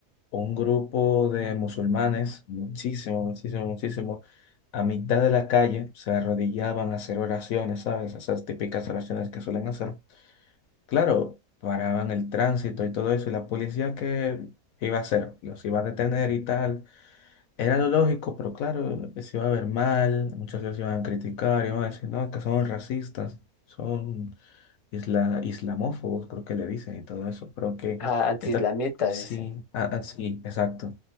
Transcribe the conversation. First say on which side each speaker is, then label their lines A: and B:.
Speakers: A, on the left; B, on the left.
A: un grupo de musulmanes, muchísimo, muchísimo, muchísimo, a mitad de la calle se arrodillaban a hacer oraciones, ¿sabes? Esas típicas oraciones que suelen hacer. Claro, paraban el tránsito y todo eso, y la policía que iba a hacer, los iba a detener y tal. Era lo lógico, pero claro, se iba a ver mal, muchos los iban a criticar, iban a decir, no, que son racistas, son isla- islamófobos, creo que le dicen y todo eso, pero que
B: ah, anti-islamita,
A: está, sí,
B: dicen.
A: ah, ah, sí, exacto.